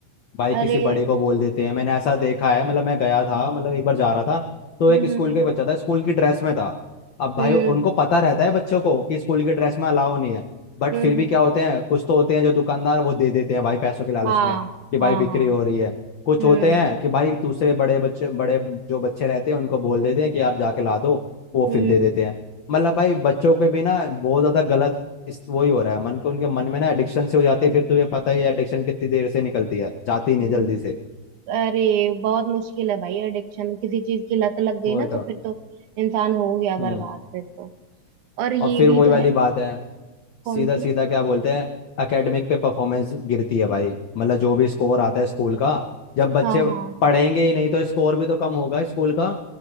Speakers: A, on the left; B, on the right.
A: भाई किसी
B: अरे
A: बड़े को बोल देते हैं मैंने ऐसा देखा है मतलब मैं गया था मतलब एक बार जा रहा था तो
B: हम्म
A: एक स्कूल
B: हम्म
A: का ही बच्चा था स्कूल की ड्रेस में था अब भाई
B: हम्म
A: उनको पता रहता है बच्चों को कि स्कूल की ड्रेस में अलाउ नहीं है बट
B: हम्म
A: फिर
B: हम्म,
A: भी क्या होते हैं कुछ तो होते हैं जो दुकानदार वो दे देते हैं भाई पैसों के लालच
B: हाँ
A: में कि भाई
B: हाँ
A: बिक्री
B: हाँ
A: हो रही है कुछ
B: हम्म
A: होते हैं कि भाई दूसरे बड़े बच्चे बड़े जो बच्चे रहते हैं उनको बोल देते हैं कि यार जाके ला दो वो
B: हम्म
A: फिर दे देते हैं मतलब भाई बच्चों पे भी ना बहुत ज्यादा गलत इस वही हो रहा है मन को उनके मन में ना एडिक्शन से हो जाती है फिर तुम्हें पता ही है एडिक्शन कितनी देर से निकलती है जाती ही नहीं
B: वो-
A: जल्दी से
B: अरे बहुत मुश्किल है भाई एडिक्शन किसी चीज की लत लग गई
A: वही
B: ना तो
A: तो
B: फिर तो इंसान हो गया
A: हम्म
B: बर्बाद फिर तो और ये
A: और फिर
B: भी
A: वही
B: तो
A: वाली
B: है
A: बात है
B: कौन
A: सीधा
B: सी
A: सीधा क्या बोलते हैं एकेडमिक पे परफॉर्मेंस गिरती है भाई मतलब जो भी स्कोर आता है स्कूल का जब बच्चे
B: हाँ हाँ
A: पढ़ेंगे ही नहीं तो स्कोर भी तो कम होगा स्कूल का